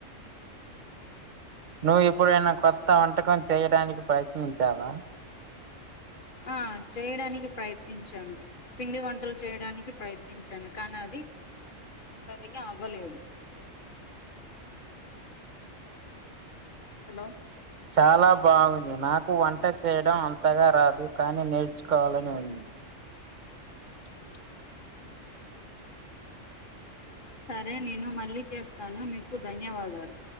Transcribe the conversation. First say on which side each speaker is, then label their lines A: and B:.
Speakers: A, on the right; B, on the left.
A: నువ్వు ఇప్పుడైనా కొత్త వంటకం చేయడానికి ప్రయత్నించావా
B: ఆ చేయడానికి ప్రయత్నించాను పిండి వంటలు చేయడానికి ప్రయత్నించాను కానీ అది సరిగ్గా అవ్వలేదు హలో
A: చాలా బాగుంది నాకు వంట చేయడం అంతగా రాదు కానీ నేర్చుకోవాలని ఉంది
B: అ సరే నేను మళ్ళీ చేస్తాను నీకు ధన్యవాదాలు